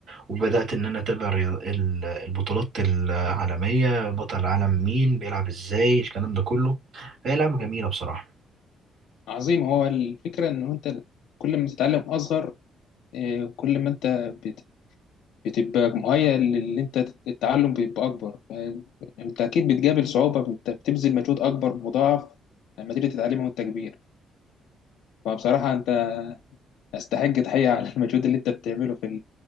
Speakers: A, on the right; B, on the left.
A: وبدأت إن أنا أتابع الريا- ال- البطولات العالمية بطل العالم مين بيلعب إزاي الكلام ده كله فهي لعبة جميلة بصراحة
B: عظيم هو الفكرة ان هو انت كل ما تتعلم اصغر آه، كل ما انت بت- بتبقى مهيأ للي انت تت- التعلم بيبقى اكبر ف- انت اكيد بتقابل صعوبة انت بتبذل مجهود اكبر مضاعف لما تيجي تتعلمه وانت كبير فبصراحة انت استحق تحية على <laughs> المجهود اللي انت بتعمله في ال...